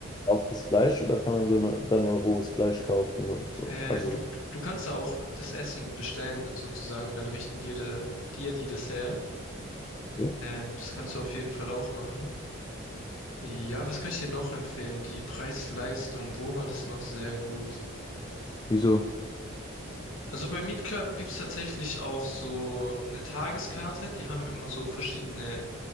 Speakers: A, on the left; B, on the left.
A: auch das Fleisch oder kann man nur, da nur rohes Fleisch kaufen und so?
B: äh,
A: Also
B: du,
A: so.
B: du kannst da auch das Essen bestellen, sozusagen, dann richten dir, de, dir die das her.
A: Ja.
B: Ähm, das kannst du auf jeden Fall auch machen. Ja, was kann ich dir noch empfehlen? Die Preis-Leistung, wo war das noch sehr gut?
A: Wieso?
B: Also bei Meet Club gibt's tatsächlich auch so eine Tageskarte. Die haben immer so verschiedene